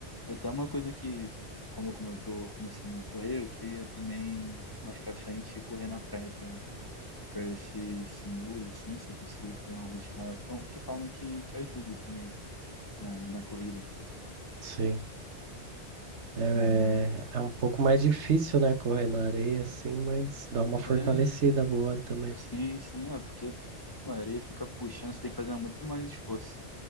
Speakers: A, on the left (about 35°); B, on the right (about 85°).
A: É Até uma coisa que, como eu, como eu tô começando a correr, eu queria também mais pra frente correr na praia pra, pra ver se, se muda, assim, se eu consigo pegar um ritmo maior. Então, que falam que, que ajuda também na, na corrida.
B: Sim. É,
A: Mas,
B: é um pouco mais difícil, né, correr na areia, assim, mas dá uma fortalecida
A: é,
B: boa também.
A: sim, sim, é, porque pô, a areia fica puxando, você tem que fazer muito mais esforço